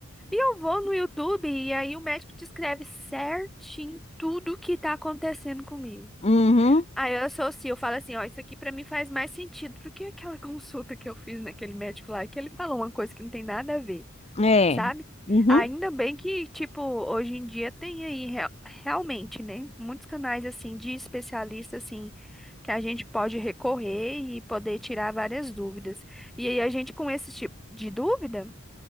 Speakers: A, in the centre; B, on the left.
A: E eu vou no YouTube e aí o médico descreve certinho tudo o que tá acontecendo comigo.
B: Uhum,
A: Aí eu associo, eu falo assim, ó, isso aqui pra mim faz mais sentido do que aquela <laughs> consulta que eu fiz naquele médico lá, que ele falou uma coisa que não tem nada a ver,
B: é.
A: sabe?
B: Uhum,
A: Ainda bem que, tipo, hoje em dia tem aí rea- realmente, né, muitos canais assim de especialista assim que a gente pode recorrer e poder tirar várias dúvidas. E aí a gente com esse tipo de dúvida